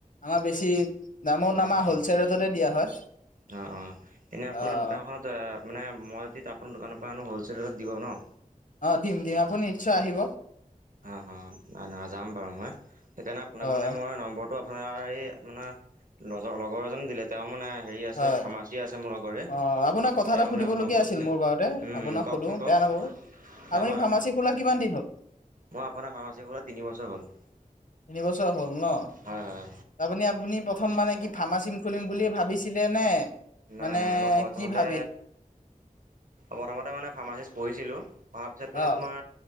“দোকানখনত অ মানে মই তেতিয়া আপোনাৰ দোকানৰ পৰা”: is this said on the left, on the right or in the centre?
Right